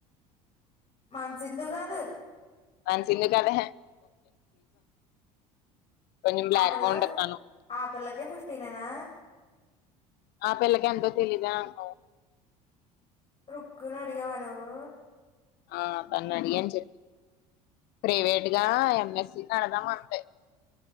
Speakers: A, on the left; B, on the left.
A: మన్సింధు కాదు
B: మన సింధు కాదహే కొంచెం బ్లాక్
A: ఆ పిల్ల
B: గా ఉంటది తను
A: ఆ పిల్లకే ఫిఫ్టీనేనా
B: ఆపిల్ల ఎంతో తెలిదే అన్నవ్
A: రుక్కుని అడిగావా నువు
B: ఆ తన్ని అడిగాను అన్ చెప్పు ప్రైవేట్ గా ఎంఎస్సి కడదాం అంతే